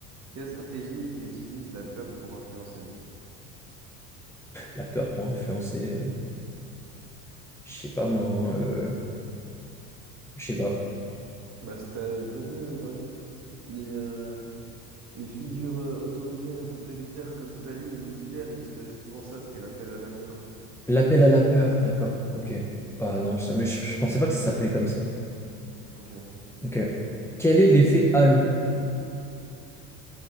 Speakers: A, on the right; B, in the centre.
A: Quelle stratégie utilise la peur pour influencer?
B: La peur pour influencer, euh, je sais pas, moi, hein, euh, je sais pas.
A: Bah, c'est- t'as pas vu, hein, par exemple, les, euh, Les figures euh, autoritaires et totalitaires comme Staline ou Hitler, ils se faisaient souvent ça, c'était l'appel à la peur.
B: L'appel à la peur, d'accord.
A: Ouais,
B: Ok. Bah, non, ça, mais je, je pensais pas que ça s'appelait comme ça.
A: ok.
B: Ok. Quel est l'effet halo?